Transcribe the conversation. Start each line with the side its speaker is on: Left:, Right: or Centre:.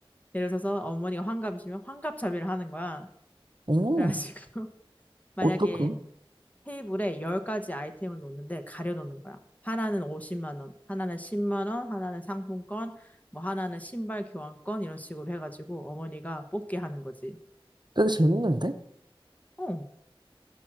Left: 예를 들어서 어머니가 환갑이시면 환갑잡이를 하는 거야.
Right: 오,
Left: 그래가지고 <laughs> 만약에
Right: 어떡해.
Left: 테이블에 10가지 아이템을 놓는데 가려놓는 거야. 하나는 50만 원, 하나는 10만 원, 하나는 상품권, 뭐 하나는 신발 교환권 이런 식으로 해가지고 어머니가 뽑게 하는 거지.
Right: 되게 재밌는데?
Left: 어,